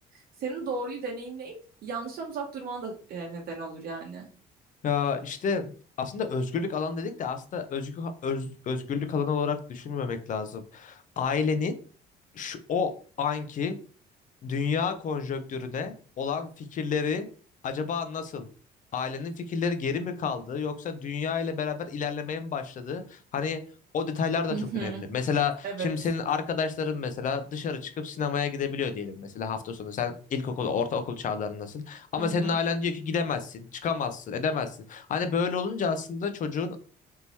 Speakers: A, on the right; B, on the left.
A: Senin doğruyu deneyimleyip yanlıştan uzak durmana da e, neden olur yani.
B: Ya işte aslında özgürlük alanı dedik de aslında özgür, öz- özgürlük alanı olarak düşünmemek lazım. Ailenin şu, o anki dünya konjonktürüne olan fikirleri acaba nasıl? Ailenin fikirleri geri mi kaldı yoksa dünya ile beraber ilerlemeye mi başladı? Hani o detaylar da
A: Hı
B: çok
A: hı.
B: önemli. Mesela
A: Evet.
B: şimdi senin arkadaşların mesela dışarı çıkıp sinemaya gidebiliyor diyelim mesela hafta sonu. Sen ilkokul, ortaokul çağlarındasın. Ama
A: Hı hı.
B: senin ailen diyor ki gidemezsin, çıkamazsın, edemezsin. Hani böyle olunca aslında çocuğun